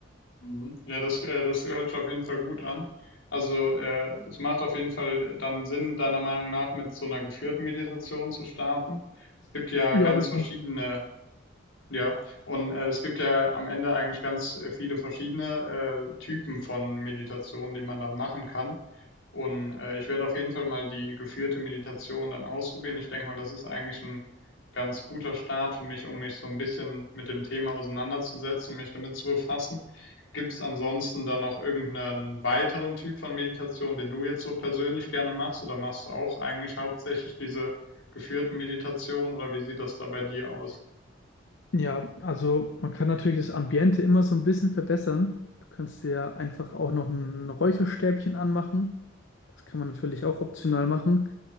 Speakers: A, on the left; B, on the left.
A: Mhm. Ja, das, äh, das hört sich auf jeden Fall gut an. Also, äh, es macht auf jeden Fall dann Sinn, deiner Meinung nach mit so einer geführten Meditation zu starten. Es gibt ja
B: Ja,
A: ganz
B: würde
A: verschiedene,
B: ich mal
A: ja, und äh, es gibt ja am Ende eigentlich ganz äh, viele verschiedene äh, Typen von Meditationen, die man dann machen kann. Und äh, ich werde auf jeden Fall mal die geführte Meditation dann ausprobieren. Ich denke mal, das ist eigentlich ein ganz guter Start für mich, um mich so ein bisschen mit dem Thema auseinanderzusetzen und mich damit zu befassen. Gibt es ansonsten dann noch irgendeinen weiteren Typ von Meditation, den du jetzt so persönlich gerne machst, oder machst du auch eigentlich hauptsächlich diese geführten Meditationen, oder wie sieht das da bei dir aus?
B: Ja, also man kann natürlich das Ambiente immer so ein bisschen verbessern. Du kannst dir ja einfach auch noch ein Räucherstäbchen anmachen. Das kann man natürlich auch optional machen,